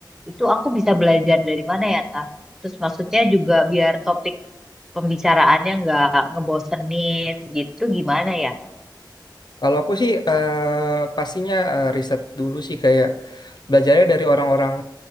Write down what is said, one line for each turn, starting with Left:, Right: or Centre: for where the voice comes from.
Centre: Itu aku bisa belajar dari mana ya, Ta? Terus maksudnya juga biar topik pembicaraannya nggak ngebosenin gitu gimana ya?
Left: Kalau aku sih eh, pastinya eh, riset dulu sih kayak belajarnya dari orang-orang